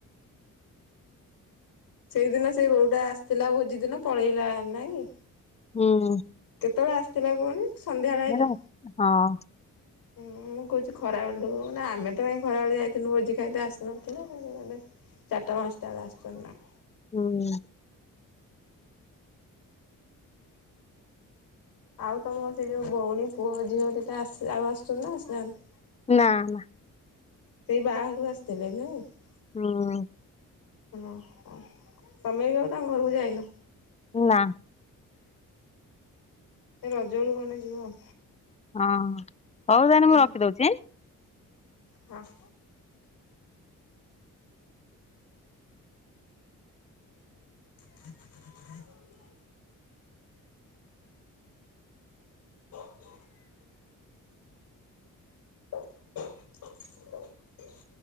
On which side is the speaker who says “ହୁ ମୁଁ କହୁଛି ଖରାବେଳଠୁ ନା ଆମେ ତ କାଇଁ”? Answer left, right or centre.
Left